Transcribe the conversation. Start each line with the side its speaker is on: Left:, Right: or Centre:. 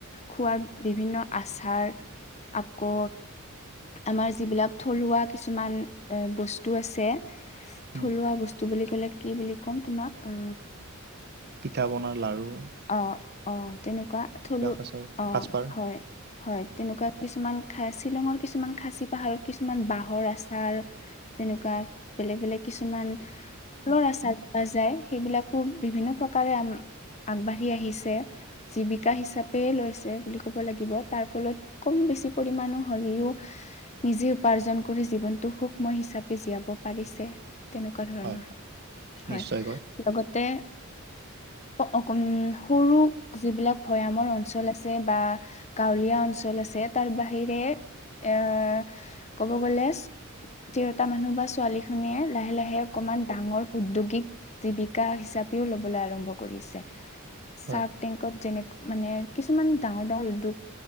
Left: খোৱাৰ বিভিন্ন আচাৰ আকৌ আমাৰ যিবিলাক থলুৱা কিছুমান বস্তু আছে
Right: উম,
Left: থলুৱা বস্তু বুলি ক'লে কি বুলি ক'ম তোমাক
Right: পিঠা <unintelligible> লাড়ু।
Left: অ', অ' তেনেকুৱা থলো
Right: আছে
Left: অ'
Right: সাজপাৰ
Left: হয়। হয় তেনেকুৱা কিছুমান খাচি শ্বিলঙৰ কিছুমান খাচী পাহাৰত কিছুমান বাঁহৰ আচাৰ। তেনেকুৱা বেলেগ-বেলেগ কিছুমান ফলৰ আচাৰ পোৱা যায় সেইবিলাকো বিভিন্ন প্ৰকাৰে আম আগবাঢ়ি আহিছে জীৱিকা হিচাপে লৈছে বুলি ক'ব লাগিব তাৰ ফলত কম বেছি পৰিমাণো হ'লেও নিজে উপাৰ্জন কৰি জীৱনটো সুখময় হিচাপে জীয়াব পাৰিছে। তেনেকুৱা ধৰণৰ
Right: হয়,
Left: হয়
Right: নিশ্চয়কৈ
Left: লগতে অকন সৰু যিবিলাক ভৈয়ামৰ অঞ্চল আছে বা গাঁৱলীয়া অঞ্চল আছে তাৰ বাহিৰে এ ক'ব গলে তিৰোতা মানুহ বা ছোৱালী খিনিয়ে লাহে-লাহে অকমান ডাঙৰ উদ্যোগিক জীৱিকা হিচাপেও লবলৈ আৰম্ভ কৰিছে। চাৰ্ক
Right: হয়,
Left: টেংকত যেনে মানে কিছুমান ডাঙৰ ডাঙৰ উদ্যোগ।